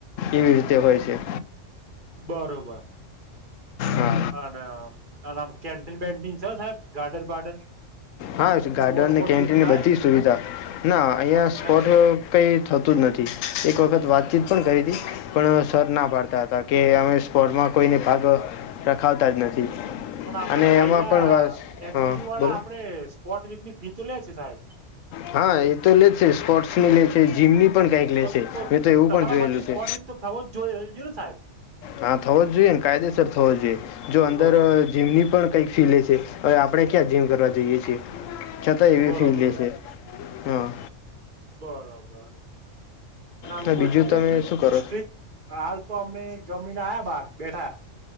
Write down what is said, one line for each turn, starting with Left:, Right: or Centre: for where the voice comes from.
Left: એવીડતે હોય છે.
Right: બરોબર.
Left: હા
Right: અને અને કેન્ટીન વેન્ટીન છે સાહેબ ગાર્ડન બાર્ડન?
Left: હા ગાર્ડન
Right: સ્પોટ બોટ
Left: કેન્ટીનની
Right: વીક થાય
Left: બધી સુવિધા, ના અહીયાં
Right: વીક
Left: સ્પોટ
Right: થાય
Left: કઈ થતું જ નથી. એક વખત વાતચીત પણ કરી હતી. પણ સર ના ભડતા હતા કે અમે સ્પોર્ટમાં કોઈને ભાગ, રખાવતા જ નથી.
Right: પણ આપડે
Left: અને
Right: આયરા
Left: એમાં પણ વાત
Right: એચએનજી
Left: હ
Right: વાળા
Left: બોલો.
Right: આપડે સ્પોટ વીક ની ફી તો લે છે સાહેબ
Left: હા એ તો લે છે સ્પોર્ટસ ની લે છે જીમની પણ કઈક લેશે,
Right: તો
Left: મેં તો એવું
Right: તમારા
Left: પણ જોયેલું
Right: મતે
Left: છે.
Right: સ્પોટ વીક તો થવો જ જોઈ જોઈએ ને સાહેબ
Left: હા થવો જ જોઈએ ને કાયદેસર થવો, જ જોઈએ જો અંદર
Right: બરોબર
Left: જીમની પણ કઈ ફીલે છે, હવે આપણે ક્યાં જીમ કરવા જઈએ છીએ. છતાં એવી
Right: બરોબર
Left: ફી
Right: બરોબર
Left: છે હા.
Right: બરોબર. અને આમ
Left: તો
Right: કોઈ
Left: બીજું
Right: સ્ટ્રીટ
Left: તમે
Right: બી
Left: શું કરો
Right: સ્ટ્રીક હાલ તો અમે જમીન આયા બહાર બેઠા.